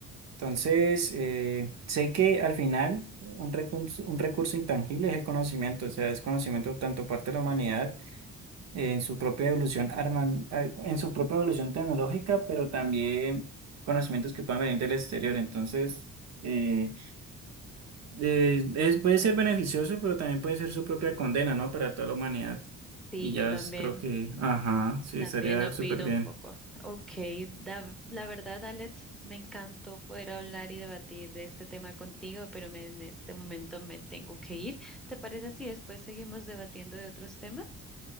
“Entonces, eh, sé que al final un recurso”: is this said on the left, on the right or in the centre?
Right